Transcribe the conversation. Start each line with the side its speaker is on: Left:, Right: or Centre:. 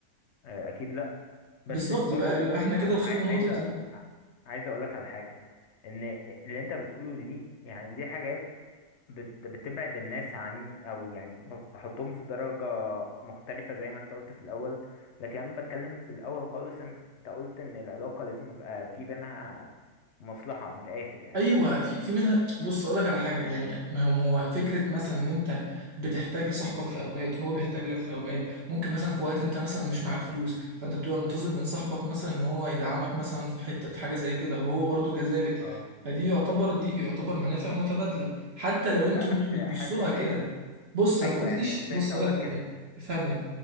Left: آه، اكيد لا بس
Right: بالظبط
Left: برضو
Right: يبقى يبقى احنا كده
Left: ع-
Right: وصلنا لنقطه
Left: عايز أ- عايز اقول لك على حاجه ان اللي انت بتقوله دي يعني دي حاجات بت بتبعد الناس عني او يعني بحطهم في درجه مختلفه زي ما انت قلت في الاول لكن انا بتكلم في الاول خالص ان انت قلت ان العلاقه لازم يبقى في بينها مصلحه من الاخر يعني
Right: ايوه في في منها بص اقول لك على حاجه يعني ما هو ما هو فكره مثلا ان انت بتحتاج لصاحبك في اوقات وهو بيحتاج لك في اوقات ممكن مثلا في وقت انت مثلا مش معاك فلوس فانت بتبقى منتظر من صاحبك مثلا ان هو يدعمك مثلا في حته في حاجه زي كده وهو برضو كذلك
Left: اه
Right: فدي يعتبر دي يعتبر منافع متبادله حتى لو انتوا
Left: لا بس
Right: مش بتبصوا
Left: حاسس
Right: لها
Left: ان
Right: كده بص
Left: ايوه
Right: انا ما قلتش
Left: يعني كنت
Right: بص
Left: لسه
Right: اقول
Left: اقول
Right: لك
Left: لك
Right: على
Left: كده
Right: حاجه افهمني